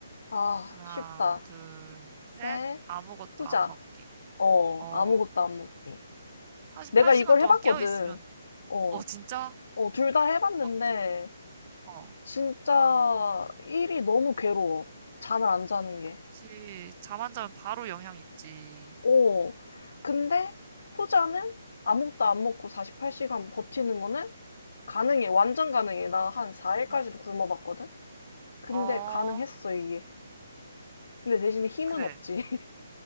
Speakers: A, on the left; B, on the right.
A: 아,
B: 하나,
A: 쉽다.
B: 둘,
A: 셋,
B: 셋. 아무것도
A: 후자.
B: 안 먹기.
A: 어,
B: 어.
A: 아무것도 안 먹기.
B: 48시간
A: 내가 이걸
B: 동안
A: 해봤거든.
B: 깨어 있으면
A: 어,
B: 어, 진짜?
A: 어, 둘 다 해봤는데,
B: 어땠어? 어.
A: 진짜 일이 너무 괴로워. 잠을 안 자는 게.
B: 그치. 잠안 자면 바로 영향 있지.
A: 어, 근데 후자는 아무것도 안 먹고 48시간 버티는 거는 가능해. 완전 가능해. 나 한 4일까지도
B: 응.
A: 굶어봤거든? 근데
B: 어,
A: 가능했어, 이게. 근데 대신에 힘은
B: 그래.
A: 없지. <laughs>